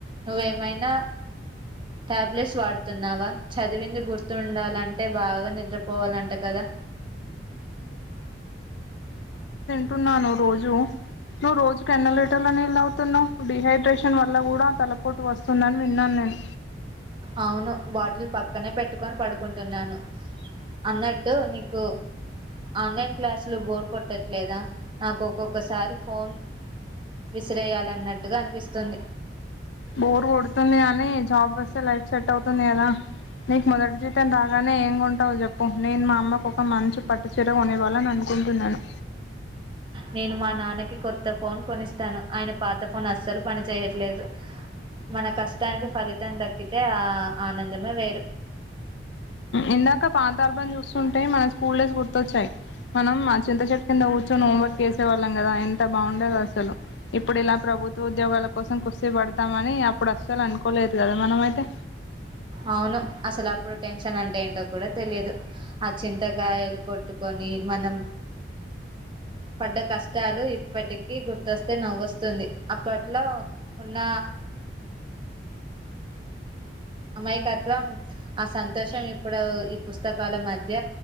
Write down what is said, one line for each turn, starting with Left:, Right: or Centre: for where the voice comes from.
Right: నువ్వేమైనా టాబ్లెట్స్ వాడుతున్నావా చదివింది గుర్తుండాలంటే బాగా నిద్రపోవాలంట కదా
Left: కుంటున్నాను రోజు నువ్వు రోజుకి ఎన్ని లీటర్ల నీళ్ళు తాగుతావ్ తున్నావ్ డిహైడ్రేషన్ వల్ల కూడా తలపోటు వస్తుందని విన్నాను నేను
Right: అవును బాటిల్ పక్కనే పెట్టుకొని పడుకుంటున్నాను అన్నట్టు నీకు ఆన్లైన్ క్లాసులు బోర్ కొట్టట్లేదా నాకు ఒక్కొక్కసారి ఫోన్ విసిరేయాలన్నట్టుగా అనిపిస్తుంది
Left: బోర్ కొడుతుంది కానీ జాబ్ వస్తే లైఫ్ సెట్ అవుతుంది కదా నీకు మొదటి జీతం రా రాగానే ఏం కొంటావు చెప్పు నేను మా అమ్మకు ఒక మంచి పట్టు చీర కొనివ్వాలని అనుకుంటున్నాను
Right: నేను మా నాన్నకి కొత్త ఫోన్ కొనిస్తాను ఆయన పాత ఫోన్ అస్సలు పనిచేయట్లేదు మన కష్టానికి ఫలితం దక్కితే ఆ ఆనందమే వేరు
Left: ఇందాక పాతాలపం చూస్తుంటే మన స్కూల్ డేస్ గుర్తొచ్చాయి మనం మా చింత చెట్టు కింద కూర్చొని హోంవర్క్ చేసేవాళ్ళం కదా ఎంత బాగుండేదో అసలు ఇప్పుడు ఇలా ప్రభుత్వ ఉద్యోగాల కోసం కుస్తీ పడతామని అప్పుడు అస్సలు అనుకోలేదు కదా మనం అయితే
Right: అవును అసలు అప్పుడు టెన్షన్ అంటే ఏంటో కూడా తెలియదు ఆ చింతగాయలు కొట్టు పట్టుకొని మనం పడ్డ కష్టాలు ఇప్పటికీ నవ్వొ స్తుంది అప్పట్లో ఉన్న అమాయకత్వం ఆ సంతోషం ఇప్పుడు ఈ పుస్తకాల మధ్య